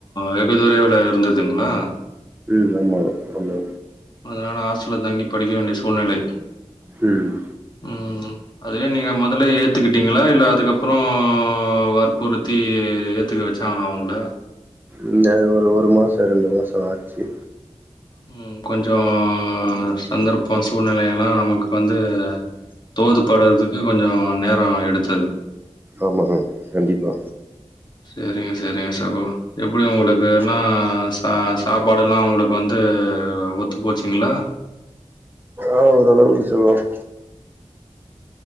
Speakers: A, on the left; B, on the right.
A: வெகு துலைவுல இருந்துதுங்ளா
B: ம் ஆமா ஆமா
A: அதனால ஹாஸ்டல தங்கி படிக்க வேண்டிய சூழ்நிலை
B: ம்
A: ம். அதுவே நீங்க மொதல்ல ஏத்துக்கிட்டீங்களா இல்ல அதுக்கப்புற வற்புறுத்தி ஏத்துக்க வச்சாங்களா ஒங்கள
B: இந்த ஒரு ஒரு மாச ரெண்டு மாச ஆச்சி
A: ம் கொஞ்சோ சந்தர்ப்ப சூழ்நிலையெ ல்லா நமக்கு வந்து தோது படுறதுக்கு கொஞ்சோ நேர எடுத்து
B: ஆமாங கண்டிப்பா
A: செரிங்க செரிங்க சகோ எப்டி உங்களுக்கு
B: ம்.
A: வேனா அ சாப்பாடு எல்லா உங்களுக்கு வந்து ஒத்து போச்சுங்ளா
B: ஆ ஒரளவுக்கு சொல்லலாம்